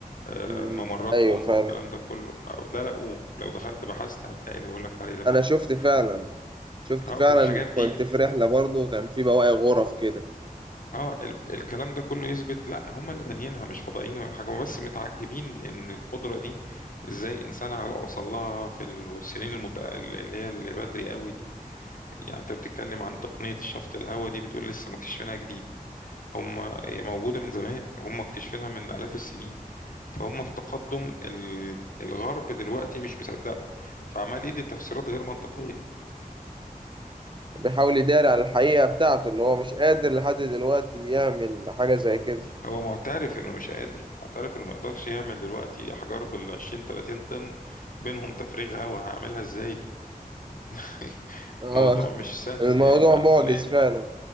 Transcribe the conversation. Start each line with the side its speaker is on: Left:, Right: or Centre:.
Left: آم،
Right: مم.
Left: ممراتهم
Right: أيوة فعلا
Left: والكلام ده كله آه، ده لقوه لو دخلت بحثت هتلاقي اللي بقول لك عليه ده موجود
Right: أنا شفت فعلا شفت
Left: اه
Right: فعلا
Left: فالحاجات
Right: كنت
Left: دي
Right: في رحلة برضو وكان في بواقي غرف كده
Left: اه ال- الكلام ده كله يثبت لا هم اللي بانيينها مش فضائيين ولا حاجه هم بس متعجبين ان القدره دي ازاي انسان وصل لها في السنين المت... اللي هي اللي بدري قوي دي يعني انت بتتكلم عن تقنية الشفط الهواء دي بتقول لسه مكتشفينها جديد هم هي موجودة من زمان هم مكتشفينها من آلاف السنين فهم في تقدم ال- الغرب دلوقتي مش مصدقه فعمال يدي تفسيرات غير منطقية
Right: بيحاول يداري على الحقيقة بتاعته اللي هو مش قادر لحد دلوقتي يعمل حاجة زي كده
Left: هو معترف انه مش قادر معترف انه ما يقدرش يعمل دلوقتي احجار بال 20 30 طن بينهم تفريغ هواء هعملها ازاي دي <laughs>
Right: اه
Left: الموضوع مش سهل
Right: الموضوع
Left: يعني
Right: معجز
Left: عقليا
Right: فعلا